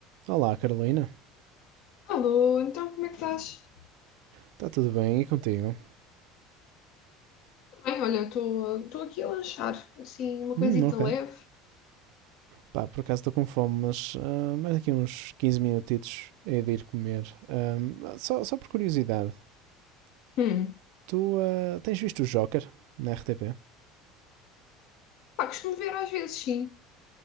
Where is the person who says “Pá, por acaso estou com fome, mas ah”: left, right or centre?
Right